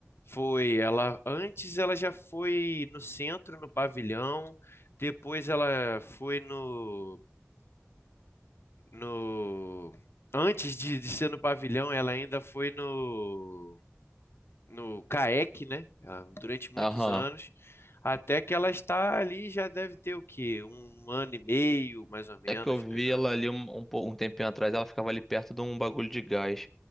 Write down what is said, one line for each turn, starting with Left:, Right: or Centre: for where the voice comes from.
Left: Foi, ela antes ela já foi no centro, no pavilhão, depois ela foi no no antes de, de ser no pavilhão, ela ainda foi no no CAEC, né? Ela- Durante muitos
Centre: Aham.
Left: anos, até que ela está ali já deve ter o quê? Um ano e meio, mais ou menos,
Centre: É que eu vi
Left: dois anos.
Centre: ela ali um, um, pou- um tempinho atrás, ela ficava ali perto de um bagulho de gás.